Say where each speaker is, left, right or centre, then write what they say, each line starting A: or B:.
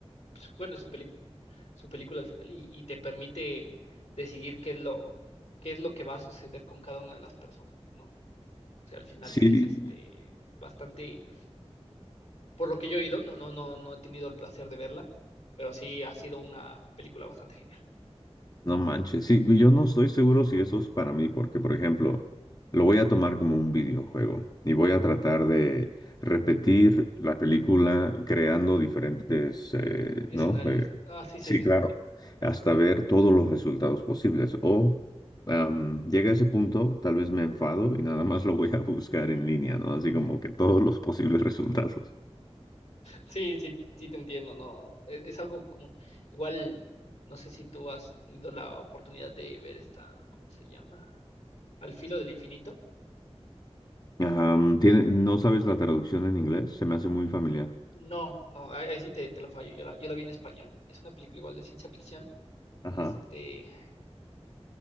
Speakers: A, on the left; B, on the left.
A: pues, bueno, es su peli- su película al final y, y te permite decidir qué es lo, qué es lo que va a suceder con cada una de las personas, ¿no? O sea, al final
B: Sí,
A: sí es este bastante, por lo que yo he oído, no, no, no, no he tenido el placer de verla, pero sí ha sido una película bastante genial.
B: No manches, sí, y yo no estoy seguro si eso es para mí, porque por ejemplo, lo voy a tomar como un videojuego y voy a tratar de repetir la película creando diferentes, eh,
A: Escenarios.
B: ¿no? Eh,
A: Ah, sí, sí,
B: sí,
A: sí.
B: claro, hasta ver todos los resultados posibles. O am, llega a ese punto, tal vez me enfado y nada más lo voy a buscar en línea, ¿no? Así como que todos los posibles resultados.
A: Sí, sí, sí te entiendo, no, es, es algo común. Igual, no sé si tú has tenido la oportunidad de ver esta, ¿cómo se llama? Al filo del infinito.
B: Am, tiene- ¿no sabes la traducción en inglés? Se me hace muy familiar.
A: No, no, ahí, ahí sí te, te lo fallo, yo la, yo la vi en español. Es una película igual de ciencia ficción,
B: Ajá.
A: este,